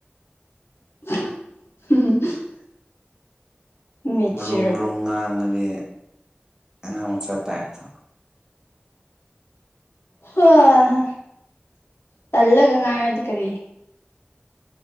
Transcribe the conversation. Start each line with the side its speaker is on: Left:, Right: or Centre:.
Left: <unintelligible> ꯃꯦꯆꯔ
Right: ꯃꯔꯨꯝ ꯃꯔꯨꯝ ꯉꯥꯡꯉꯗꯤ ꯑꯉꯥꯡ ꯃꯆꯥ ꯇꯥꯏꯞꯇ
Left: ꯍꯣ ꯍ ꯇꯜꯂꯒ ꯉꯥꯡꯔꯗꯤ ꯀꯔꯤ